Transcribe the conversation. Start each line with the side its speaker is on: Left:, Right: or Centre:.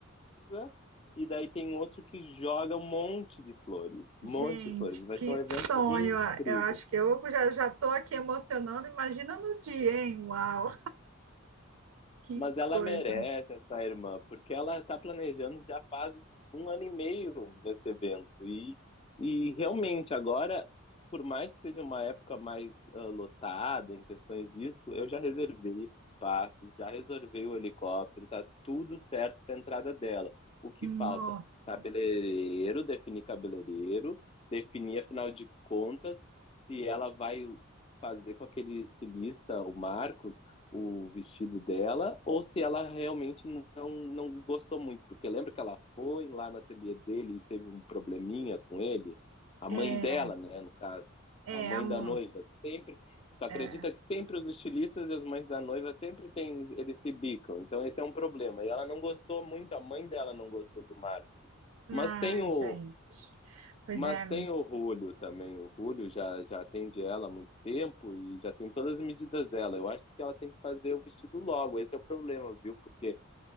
Left: pousa e daí tem outro que joga um monte de flores.
Right: gente,
Left: Um monte de flores. Vai
Right: que
Left: ser um evento
Right: sonho!
Left: incrível.
Right: Eu acho que eu já já tô aqui emocionando. Imagina no dia, hein? Uau, que
Left: Mas ela
Right: coisa!
Left: merece essa irmã, porque ela está planejando já faz um ano e meio esse evento. E, e realmente, agora, por mais que seja uma época mais ah, lotada em questões disso, eu já reservei esse espaço, já reservei o helicóptero, tá tudo certo para a entrada dela. O que
Right: Nossa,
Left: falta? Cabeleireiro, definir cabeleireiro, definir, afinal de contas, se ela vai fazer com aquele estilista, o Marcos o vestido dela ou se ela realmente não, não gostou muito. Porque lembra que ela foi lá no ateliê dele e teve um probleminha com ele? A
Right: é,
Left: mãe dela, né, no caso.
Right: é,
Left: A mãe
Right: amor.
Left: da noiva. Sempre. Tu acredita
Right: É.
Left: que sempre os estilistas e as mães da noiva sempre tem, eles se bicam. Então esse é um problema. E ela não gostou muito, a mãe dela não gostou do Marcos.
Right: Ai,
Left: Mas tem o,
Right: gente. Pois
Left: mas
Right: é,
Left: tem o Rúlio também. O Rúlio já, já atende ela há muito tempo e já tem todas as medidas dela. Eu acho que ela tem que fazer o vestido logo. Esse é o problema, viu? Porque